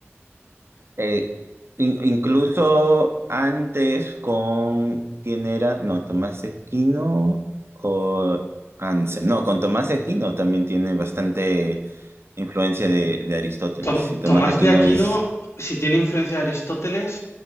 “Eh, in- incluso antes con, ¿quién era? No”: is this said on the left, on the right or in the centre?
Right